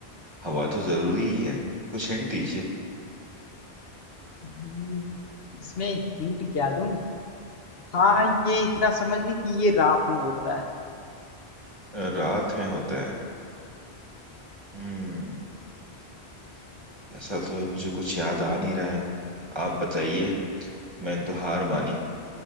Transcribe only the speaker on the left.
हम्म, इसमें हिंट क्या दूँ हाँ ये इतना समझ ली कि ये रात में होता